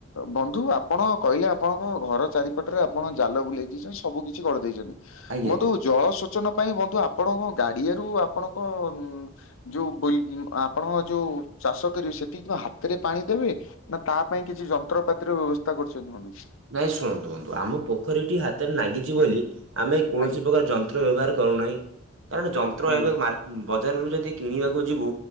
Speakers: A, on the left (about 80°); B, on the right (about 70°).
A: ବନ୍ଧୁ ଆପଣ କହିଲେ ଆପଣଙ୍କ ଘର ଚାରିପଟ ରେ ଆପଣ ଜାଲ ବୁଲେଇ ଦେଇଛନ୍ତି ସବୁ କିିଛି କରି ଦେଇଛନ୍ତି।
B: ଆଜ୍ଞା।
A: ବନ୍ଧୁ ଜଳସେଚନ ପାଇଁ ବନ୍ଧୁ ଆପଣଙ୍କ ଗାଡିଆରୁ ଆପଣଙ୍କ ଉଁ ଯୋଉ ବିଲ୍ ଆପଣ ଯୋଉ ଚାଷ କରିବେ ସେଠି ହାତରେ ପାଣି ଦେବେ ନା ତା ପାଇଁ କିଛି ଯନ୍ତ୍ରପାତିର ବ୍ୟବସ୍ଥା କରୁଛନ୍ତି ମନୁକୁ।
B: ନାଇଁ ଶୁଣନ୍ତୁ ବନ୍ଧୁ ଆମ ପୋଖରୀଟି ହାତରେ ନାଗିଛି ବୋଲି ଆମେ କୌଣସି
A: ଆଜ୍ଞା
B: ପ୍ରକାର ଯନ୍ ଯନ୍ତ୍ର ବ୍ୟବହାର କରୁନାହିଁ କାରଣ ଯନ୍ତ୍ର
A: ଆଜ୍ଞା
B: ଏବେ ମା ବଜାରରୁ ଯଦି କିଣିବାକୁ ଯିବୁ